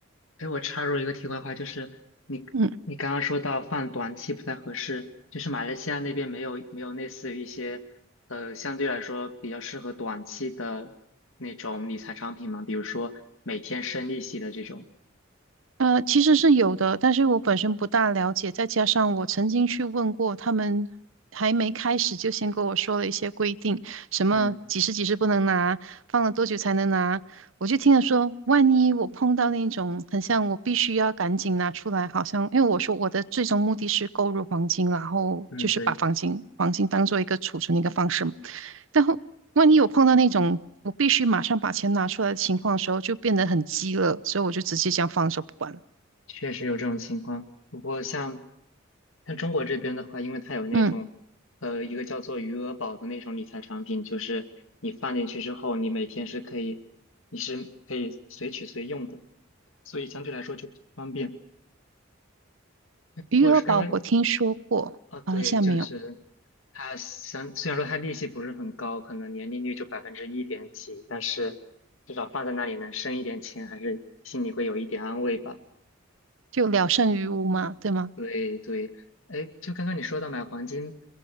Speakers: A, on the left; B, on the right.
A: 哎，我插入一个题外话，就是你你刚刚说到放短期不太合适，
B: 嗯，
A: 就是马来西亚那边没有没有类似于一些呃相对来说比较适合短期的那种理财产品嘛，比如说每天升利息的这种。
B: 呃，其实是有的，但是我本身不大了解，再加上我曾经去问过他们，还没开始就先跟我说了一些规定，什么几十几十不能拿，
A: 嗯
B: 放了多久才能拿，我就听了说，万一我碰到那种很像我必须要赶紧拿出来，好像因为我说我的最终目的是购入黄金，然后就是把黄金黄金当做一个储存的一个方式嘛。
A: 嗯，对，
B: 然后万一有碰到那种我必须马上把钱拿出来的情况的时候，就变得很急了，所以我就直接这样放手不管了。
A: 确实有这种情况。不过像像中国这边的话，因为它有那种呃一个叫做余额宝的那种理财产品，
B: 嗯，
A: 就是你放进去之后，你每天是可以你是可以随取随用的。所以相对来说就比较方便。不过是刚刚
B: 余额宝我听说过，
A: 啊，
B: 马来西亚没有，
A: 对，就是他相虽然说他利息不是很高，可能年利率就百分之一点几，但是至少放在那里能生一点钱，还是心里会有一点安慰吧。
B: 就聊胜于无嘛，对吗？
A: 对对，哎，就刚刚你说到买黄金，